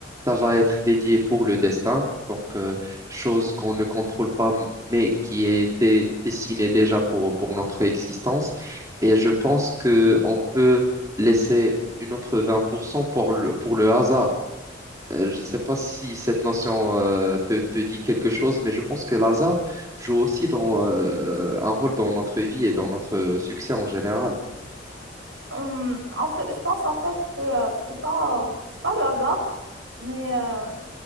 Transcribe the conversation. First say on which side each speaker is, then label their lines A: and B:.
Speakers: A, on the right; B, on the right.
A: ça va être dédié pour le destin, donc euh, chose qu'on ne contrôle pas, mais qui était destinée déjà pour, pour notre existence. Et je pense que on peut laisser une autre 20% pour cent pour le, pour le hasard. Euh, Je ne sais pas si cette notion euh, te, te dit quelque chose, mais je pense que l'hasard joue aussi dans, euh, un rôle dans notre vie et dans notre succès en général.
B: Hum, en fait, je pense en fait que euh, c'est pas c'est pas le hasard, mais euh,